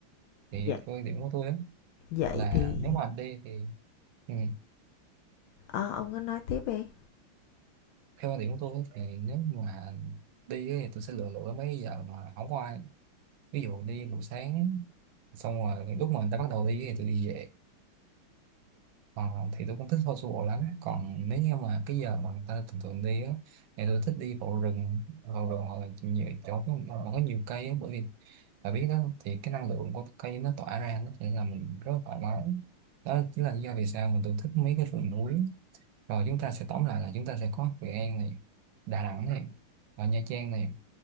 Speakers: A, on the right (about 75°); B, on the left (about 75°).
A: thì
B: vậy
A: theo quan điểm của tôi đó.
B: vậy
A: là
B: thì
A: nếu mà anh đi thì ừ,
B: ờ, ông có nói tiếp đi
A: theo quan điểm của tôi thì nếu mà đi ấy, thì tôi sẽ lựa lựa mấy giờ mà không có ai ví dụ đi buổi sáng xong rồi lúc mà người ta bắt đầu đi thì tôi đi về ờ, thì tôi cũng thích thôi su bộ lắm còn nếu như mà cái giờ mà người ta thường thường đi á thì tôi thích đi bộ rừng vào rừng hoặc là nhiều chỗ có- mà có nhiều cây á bởi vì bà biết đó thì cái năng lượng của cây nó tỏa ra nó sẽ là mình rất là thoải mái đó chính là lý do vì sao mà tôi thích mấy cái rừng núi rồi chúng ta sẽ tóm lại là chúng ta sẽ có Hội An này Đà Nẵng này ở Nha Trang này